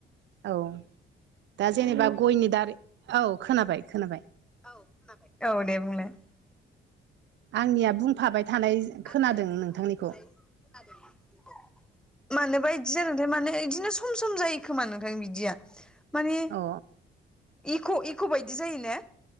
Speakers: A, on the right; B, in the centre.
A: औ दा जेनेबा गयनि दारि औ खोनाबाय खोनाबाय
B: औ खोनाबाय औ दे बुंलाय
A: आंनिया बुंफाबाय थानाय खोनादों
B: आंनिया बुंफाबाय
A: नोंथांनिखौ
B: थानाय खोनादोंमोन बिखौ मानोबा बिदि जादों नोंथाय माने बिदिनो सम सम जायो खोमा नोंथां बिदिया माने
A: अ
B: इक' इक' बायदि जायो ने